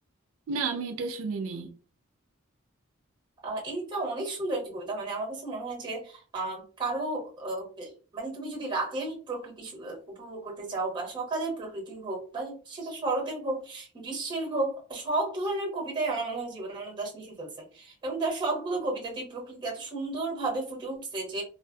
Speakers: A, on the right; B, on the right.
A: না আমি এটা শুনিনি
B: আহ এইটা অনেক সুন্দর একটি কবিতা মানে আমার কাছে মনে হয় যে আহ কারো আহ, বে- মানে তুমি যদি রাতের প্রকৃতি সু- আহ, উপভোগ করতে চাও বা সকালের প্রকৃতি হোক বা সেটা শরতের হোক গ্রীষ্মের হোক সব ধরনের কবিতাই আমার মনে হয় জীবনানন্দ দাশ লিখে ফেলছেন এবং তার সবগুলো কবিতাতেই প্রকৃতি এত সুন্দরভাবে ফুটে উঠছে যে